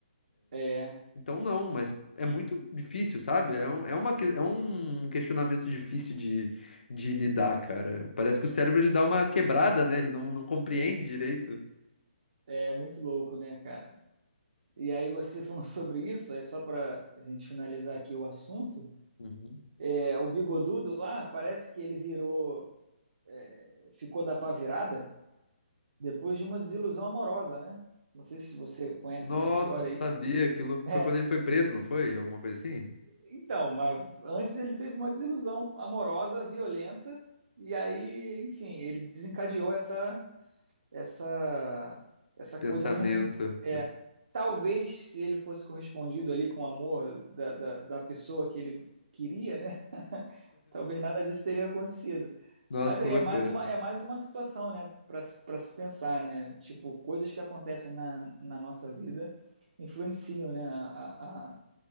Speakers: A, on the right (about 55°); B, on the left (about 75°).
A: É,
B: Então não, mas é muito difícil, sabe? É, um- é, uma, que- é um questionamento difícil de, de lidar, cara. Parece que o cérebro ele dá uma quebrada, né? Ele não, não compreende direito.
A: é muito louco, né, cara? E aí você falou <laughs> sobre isso, aí só para a gente finalizar aqui o assunto,
B: Uhum.
A: é, o bigodudo lá, parece que ele virou, é, ficou da pá virada depois de uma desilusão amorosa, né? Não sei se você conhece
B: Nossa,
A: bem a história
B: não
A: aí.
B: sabia. Aquilo
A: <laughs> É,
B: foi quando ele foi preso, não foi? Alguma coisa assim?
A: então, mas antes ele teve uma desilusão amorosa, violenta, e aí, enfim, ele desencadeou essa essa essa
B: Esse pensamento.
A: coisa ruim. É, talvez se ele fosse correspondido ali com o amor da, da, da pessoa que ele queria, né? <laughs> Talvez nada disso teria acontecido.
B: Nossa,
A: Mas
B: que
A: aí
B: loucura.
A: é mais uma, é mais uma situação, né, para se pensar, né? Tipo, coisas que acontecem na, na nossa vida influenciam, né? A, a- a-